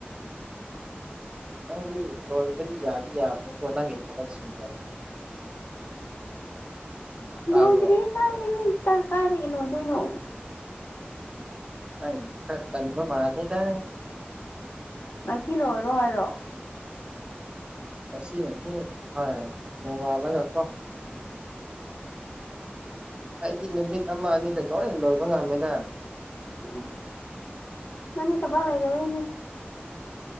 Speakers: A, on the right; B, on the left.
A: ꯅꯪꯗꯤ ꯂꯣꯏꯕꯗꯤ ꯌꯥꯗꯤ ꯌꯥꯕꯅꯤꯀꯣ ꯅꯪꯒꯤ ꯊꯕꯛꯁꯤꯡꯗꯣ
B: <inaudible>
A: ꯇꯥꯕ꯭ꯔꯣ
B: ꯂꯣꯏꯗ꯭ꯔꯤꯗꯥ ꯀꯥꯏꯗꯒꯤ ꯀꯥ ꯀꯥꯏꯗꯒꯤ ꯂꯣꯏꯗꯣꯏꯅꯣ
A: ꯅꯪꯒꯤꯗꯣ ꯈꯔ ꯇꯟꯕ ꯃꯥꯜꯂꯤꯗ
B: ꯉꯁꯤ ꯂꯣꯏꯔꯣ ꯍꯥꯏꯔꯣ
A: ꯉꯁꯤꯃꯗꯤ ꯍꯥꯏ ꯂꯣꯡꯉꯥꯂꯒꯀꯣ ꯑꯩꯗꯤ ꯅꯨꯃꯤꯠ ꯑꯃ ꯑꯅꯤꯗ ꯂꯣꯏꯅ ꯂꯣꯏꯕ ꯉꯝꯃꯦꯗ
B: ꯎꯝ ꯅꯪ ꯊꯕꯛ ꯂꯩꯇꯕꯒꯤꯅꯤ